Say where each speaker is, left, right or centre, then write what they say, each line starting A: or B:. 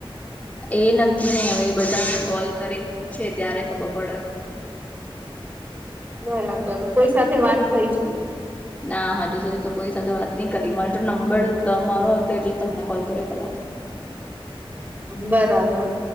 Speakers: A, on the left; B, on the right.
A: એ નક્કી નઈ હવે એ બધાને કોલ કરીને પૂછે ત્યારે ખબર પડે.
B: બરાબર કોઈ સાથે વાત થઈ છે.
A: ના હજુ સુધી તો કોઈ સાથે વાત નઈ કરી માર જોડ તો નંબર તમારો હતો એટલે તમને કોલ કર્યો પેલા.
B: બરાબર,